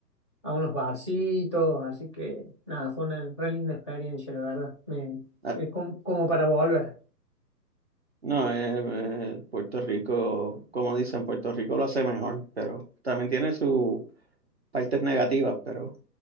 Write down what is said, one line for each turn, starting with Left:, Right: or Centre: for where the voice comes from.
Left: a unos barcitos. Así que nada, fue una re linda experiencia, la verdad. Me,
Right: Ah,
Left: es como, como para volver.
Right: no, eh, eh, Puerto Rico, como dicen, Puerto Rico lo hace mejor, pero también tiene su partes negativas, pero